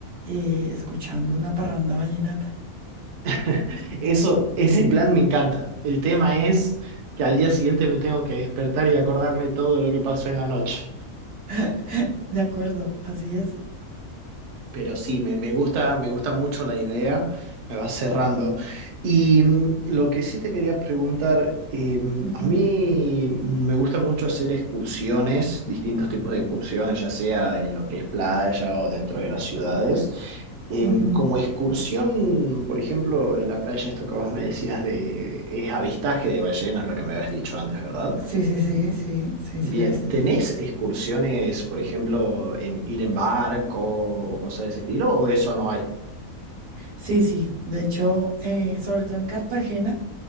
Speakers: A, on the right (about 90°); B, on the right (about 60°).
A: eh, escuchando una parranda vallenata.
B: <laughs> Eso, ese
A: Mm.
B: plan me encanta. El tema es que al día siguiente me tengo que despertar y acordarme todo lo que pasó en la noche.
A: <laughs> De acuerdo, así es.
B: Pero sí, me, me gusta, me gusta mucho la idea, me va cerrando. Y mm, lo que sí te quería preguntar, eh, mm,
A: Ujú.
B: a mí me gusta mucho hacer excursiones, distintos tipos de excursiones, ya sea en lo que es playa o dentro de las ciudades. Em,
A: Ujú.
B: como excursión, por ejemplo, en la playa, esto que vos me decías de, es avistaje de ballenas, lo que me habías dicho antes, ¿verdad?
A: Sí, sí, sí, sí, sí,
B: Bien,
A: sí, avistamientos,
B: ¿tenés
A: sí.
B: excursiones, por ejemplo, en- ir en barco o cosas de ese estilo, o eso no hay?
A: Sí, sí, de hecho, eh, sobre todo en Cartagena,